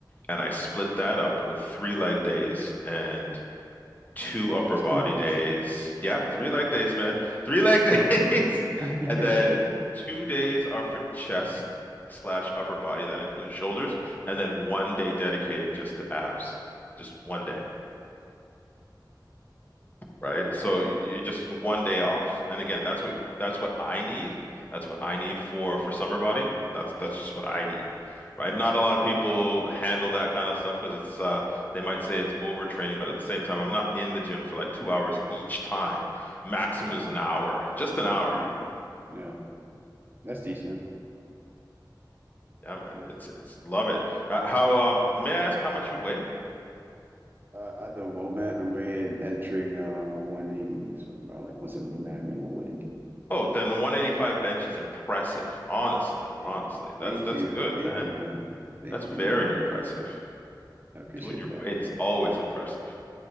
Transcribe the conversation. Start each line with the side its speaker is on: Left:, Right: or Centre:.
Left: and I split that up with three leg days and two upper body
Right: Jeez.
Left: days. Yeah, three leg days, man. Three leg
Right: Whoa.
Left: <laughs> days.
Right: <laughs>
Left: And then two days are for chest slash upper body. That includes shoulders. And then one day dedicated just to abs. Just one day right?
Right: Wow.
Left: So you just one day off. And again, that's what that's what I need. That's what I need for for summer body. That's that's just what
Right: Yeah.
Left: I need, right? Not a lot of people handle that kind of stuff because it's uh they might say it's overtraining, but at the same time, I'm not in the gym for like two hours each time. Maximum
Right: Yeah.
Left: is an hour, just an hour.
Right: Mhm. Yeah. That's decent.
Left: Yeah, man,
Right: Yeah.
Left: it's it's love it. Uh, How um may I ask how much you weigh?
Right: Uh, at the moment, I'm in- entering uh 180, so I'm about like 179 or 180.
Left: Oh, then 185 bench is impressive. Honestly,
Right: Hey,
Left: honestly, that's
Right: thank
Left: that's
Right: you,
Left: good,
Right: thank
Left: man.
Right: you, man. Thank
Left: That's very
Right: you, man.
Left: impressive.
Right: Thank you. I appreciate
Left: Doing your
Right: that.
Left: weight is always impressive.